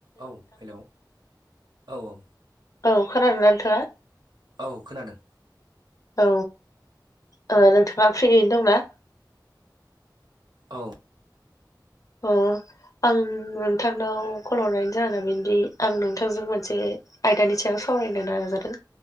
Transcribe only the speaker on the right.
औ हेल' औ औ।
औ खोनादों।
औ।